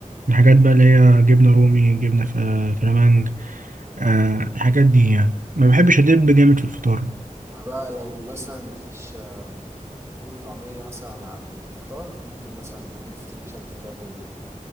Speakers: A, on the right; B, on the right.
A: الحاجات بقى اللي هي جبنة رومي جبنة فلا- فلامنج آه الحاجات دي يعني ما بحبش أدب جامد في الفطار
B: أنا بقى لو مثلا مفيش آه، فول وطعميه مثلا على الفطار ممكن مثلا اجيب فطير مشلتت واكل